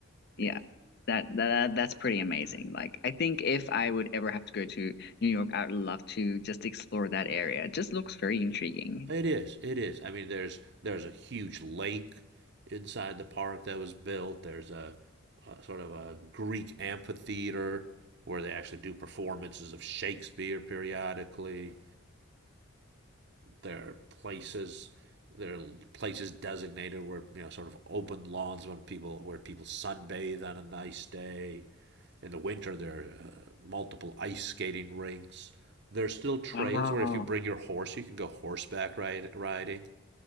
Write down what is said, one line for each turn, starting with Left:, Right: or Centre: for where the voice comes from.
Left: Yeah.
Right: It-
Left: That, that that's pretty amazing.
Right: right?
Left: Like I think if I would ever have to go to New York, I would love to just explore that area. It just looks very intriguing.
Right: It is. It is. I mean, there's there's a huge lake inside the park that was built. There's a, a sort of a Greek amphitheater where they actually do performances of Shakespeare periodically. There are places there are places designated where you know sort of open lawns when people where people sunbathe on a nice day. In the winter, there are uh, multiple ice skating rinks. There's still trails
Left: Wow.
Right: where if you bring your horse, you can go horseback ride, riding.